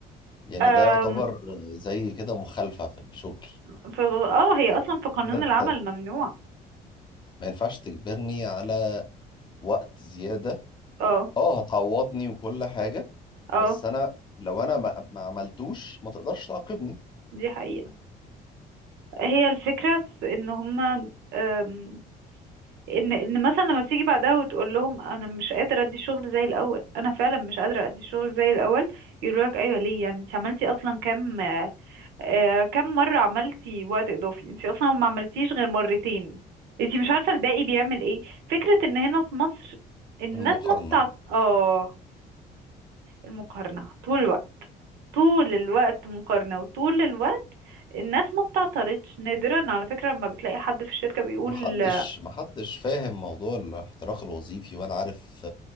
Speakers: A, on the left (about 25°); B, on the right (about 80°).
A: يعني
B: أم،
A: ده يعتبر زي كده مخالفة في الشغل
B: في اه هي اصلا
A: انت
B: في قانون
A: كده انت
B: العمل ممنوع
A: ما ينفعش تجبرني على وقت زيادة
B: اه
A: اه هتعوضني وكل حاجة
B: اه
A: بس انا لو انا ما ما عملتوش ما تقدرش تعاقبني
B: دي حقيقة هي الفكرة في ان هما أم، ان ان مثلا لما بتيجي بعدها وتقول لهم انا مش قادرة ادي الشغل زي الاول انا فعلا مش قادرة ادي الشغل زي الاول يقولوا لك ايوه ليه يعني انت عملتي اصلا كام آه، كام مرة عملتي وقت اضافي انت اصلا ما عملتيش غير مرتين انت مش عارفة الباقي بيعمل ايه فكرة ان هنا في مصر الناس
A: بالمقارنة
B: ما بتاعت اه المقارنة طول الوقت طول الوقت مقارنة وطول الوقت الناس ما بتعترضش نادرا على فكرة ما بتلاقي حد في الشركة بيقول
A: محدش محدش فاهم موضوع الاحتراق الوظيفي ولا عارف